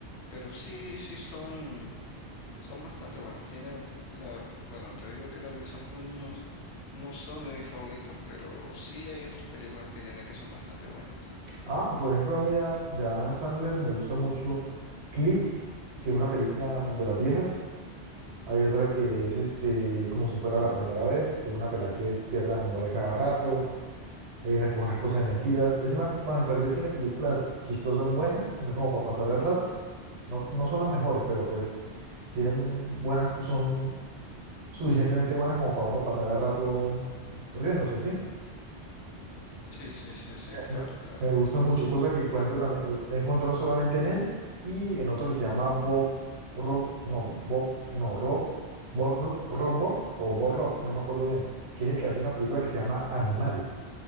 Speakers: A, on the left; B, on the right.
A: pero sí, sí son. Son bastante buenas. Tiene la, bueno, te digo que las de Son como niños no son de mis favoritas, pero sí hay otras películas que tiene que son bastante buenas.
B: Ah, por ejemplo, a mí de, de Adam Sandler me gusta mucho Click, que es una película mm, de las viejas. Hay otra que es este, como si fuera la primera vez, que es una pelada que pierde la memoria cada rato. Hay una que es una esposa de mentiras. Ese man, bueno, me parece tiene películas chistosas buenas, o sea, como para pasar el rato. No, no son las mejores, pero pues tienen buenas, son suficientemente buenas como para uno pasar el rato riéndose, ¿sí?
A: Sí, sí, sí, sí, claro,
B: Me,
A: claro.
B: me gustan mucho, cosas que, por ejemplo, también he encontrado solamente en él y en otro que se llama Bob, Rob, no, Bob, no, Rob, Bob, Ro- Rob Bob o Bob Rob, no me acuerdo bien, que es el que hace una película que se llama Animal.